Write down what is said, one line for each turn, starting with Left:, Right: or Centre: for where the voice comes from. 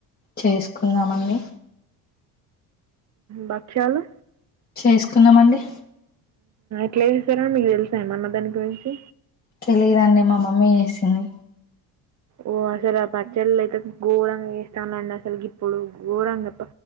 Left: చేసుకున్నామండి
Right: బక్షాలు
Left: చేసుకున్నామండి
Right: ఎట్లే చేస్తారని మీకు తెలుసా మన్న దాని గురించి
Left: తెలిదండి మా మమ్మీ చేసింది
Right: ఓ అసలు ఆ పచ్చళ్ళ అయితే ఘోరంగా వేస్తాండి అసలుకి ఇప్పుడు ఘోరంగా